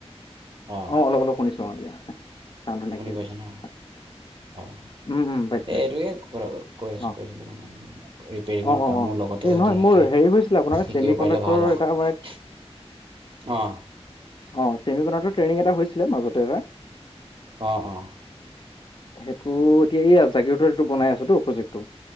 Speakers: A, on the right (about 50°); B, on the left (about 45°).
A: অ
B: অঁ অলপ অলপ শুনিছোঁ অ দিয়া কাৰানটো নাইকিয়ে
A: শুনি পাইছে
B: গৈছে
A: ন
B: হয়
A: অ
B: উম উম পাইছোঁ
A: এই
B: পাইছোঁ
A: এইটোৱেথা কৈ
B: অ',
A: কৈছিলো মানে
B: অ', অ',
A: কামো
B: অ',
A: লগতে
B: এই নহয়
A: যদি শিকে
B: মোৰ হেৰি হৈছিলে আপোনাৰ
A: শিকিব
B: ছেমি কণ্ডাক্টৰৰ
A: পাৰিলে ভাল আৰু
B: এটা মানে
A: আহ
B: অ চেমি বনো ট্ৰেইনিং এটা হৈছিলে মাজতে এটালে
A: অ অ
B: সেইটো এতিয়া এই আ জাকিৰ এইটো বনাই আছোতো প্ৰজেক্টটো